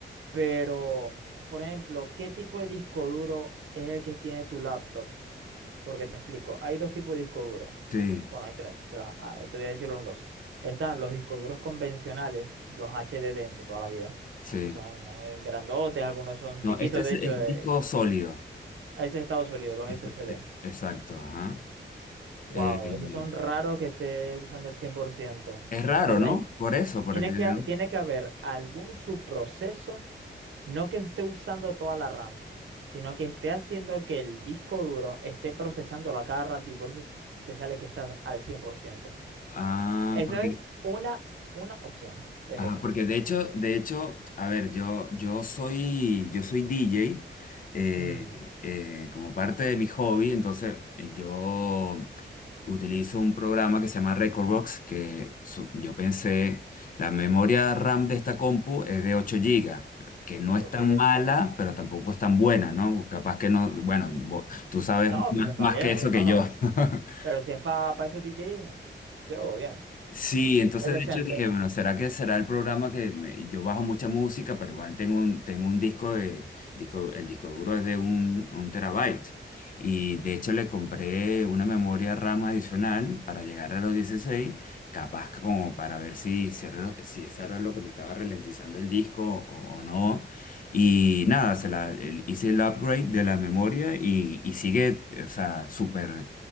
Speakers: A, on the right; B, on the left.
A: Pero, por ejemplo, ¿qué tipo de disco duro es el que tiene tu laptop? Porque te explico, hay dos tipos de disco duros.
B: Sí,
A: Bueno, hay tres, pero ajá, te voy a decir los dos. Están los discos duros convencionales, los HDD de toda la vida,
B: sí.
A: que son eh, grandotes, algunos son
B: No,
A: chiquitos,
B: este es,
A: de
B: es
A: hecho, eh,
B: disco sólido.
A: ese es Estados Unidos, los
B: Esto-
A: SSD.
B: eh, exacto, ajá. Eh,
A: Wow, esos son raros que esté usando el cien por ciento
B: es raro,
A: ¿Verdad?
B: ¿no?
A: Es-
B: Por eso, porque...
A: tiene
B: ¿no?
A: que, tiene que haber algún subproceso No que esté usando toda la RAM, sino que esté haciendo que el disco duro esté procesándolo a cada rato y por eso es- te sale que está al 100%.
B: Ah,
A: Esa
B: porque
A: es una, una opción, es
B: Ajá,
A: esa.
B: porque de hecho, de hecho, a ver, yo, yo soy, yo soy DJ eh,
A: Ujú,
B: eh, como parte de mi hobby, entonces eh, yo utilizo un programa que se llama Recordbox, que su- yo pensé, la memoria RAM de esta compu es de 8 gigas, que no es
A: Ok.
B: tan mala, pero tampoco es tan buena, ¿no? Capaz que no, bueno, vo- tú sabes
A: No,
B: más
A: pero está
B: más
A: bien,
B: que eso
A: eh, no,
B: que
A: no.
B: yo. <laughs>
A: Pero si es para esos DJ, yo lo veo bien.
B: Sí, entonces
A: Es decente.
B: de hecho dije, bueno, ¿será que será el programa que me- y yo bajo mucha música, pero igual tengo un, tengo un disco de, disco, el disco duro es de un, un terabyte. Y de hecho le compré una memoria RAM adicional para llegar a los 16, capaz como para ver si, si, era lo, si eso era lo que me estaba ralentizando el disco o, o no. Y nada,
A: Ujú,
B: se la, el- hice el upgrade de la memoria y, y sigue, o sea, súper